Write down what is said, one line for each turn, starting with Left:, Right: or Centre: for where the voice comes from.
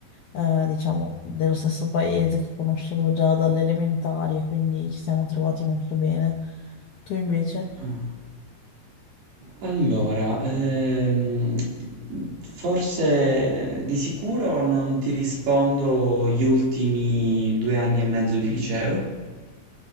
Left: eh, diciamo, dello stesso paese che conoscevo già dalle elementari e quindi ci siamo trovati molto bene. Tu invece?
Right: Ah. Allora, ehm, forse di sicuro non ti rispondo gli ultimi due anni e mezzo di liceo.